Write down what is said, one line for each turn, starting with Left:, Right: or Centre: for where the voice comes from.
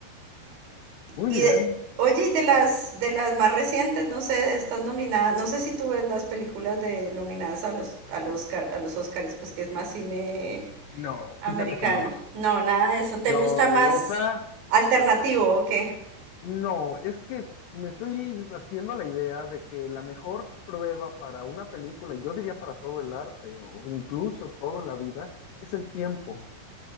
Left: Muy
Right: Y
Left: bien.
Right: de, oye, y de las de las más recientes, no sé, estas nominadas, no sé si tú ves las películas de nominadas a los a los Oscar- a los Oscars, pues que es más cine
Left: No, fíjate
Right: americano.
Left: que no.
Right: No, nada de eso. ¿Te
Left: No,
Right: gusta
Left: eh,
Right: más
Left: o sea,
Right: alternativo o qué?
Left: no, es que me estoy haciendo la idea de que la mejor prueba para una película, y yo diría para todo el arte o incluso todo en la vida, es el tiempo.